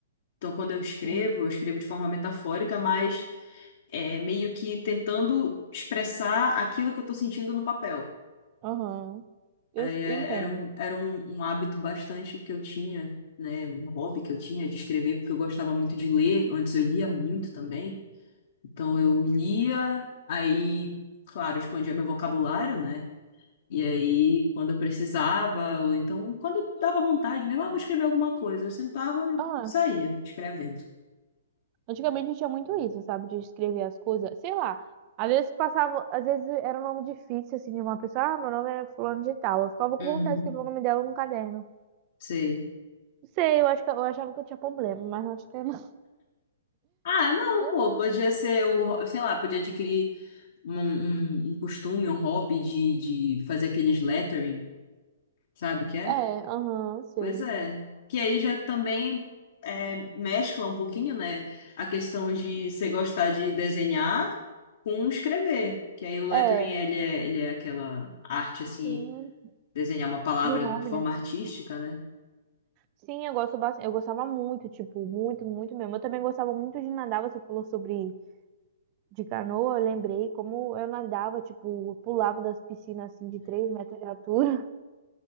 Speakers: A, on the left; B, on the right.
A: Então, quando eu escrevo,
B: sim.
A: eu escrevo de forma metafórica, mas é, meio que tentando expressar aquilo que eu tô sentindo no papel.
B: Aham. Eu
A: Aí
B: s-
A: é-
B: eu entendo.
A: era um, era um, um hábito bastante que eu tinha, né? Um hobby que eu tinha de escrever, porque eu gostava muito de ler. Antes eu lia muito também. Então eu lia, aí, claro, expandia meu vocabulário, né? E aí, quando eu precisava, ou então, quando dava vontade mesmo, ah, vou escrever alguma coisa, eu sentava e
B: Ah,
A: saía escrevendo.
B: antigamente tinha muito isso, sabe? De escrever as coisas. Sei lá. Às vezes passava, às vezes era um nome difícil, assim, de uma pessoa. Ah, meu nome é fulano de tal. Eu ficava com
A: Uhum,
B: vontade de escrever o nome dela no caderno.
A: sei.
B: Não sei, eu acho que eu achava que eu tinha problema, mas não acho que não.
A: Ah, não,
B: <laughs>
A: pô, podia ser o, sei lá, podia adquirir um, um, um costume, um hobby de, de fazer aqueles lettering. Sabe o que é?
B: É, aham, sei.
A: Pois é. Que aí já também é, mescla um pouquinho, né? A questão de você gostar de desenhar com escrever. Que aí o lettering,
B: É,
A: ele é, ele é aquela arte, assim,
B: sim,
A: desenhar uma palavra
B: do nome,
A: de forma
B: né?
A: artística, né?
B: Sim, eu gosto bastante. Eu gostava muito, tipo, muito, muito mesmo. Eu também gostava muito de nadar, você falou sobre De canoa, eu lembrei como eu nadava, tipo, eu pulava das piscinas assim de 3 metros de altura.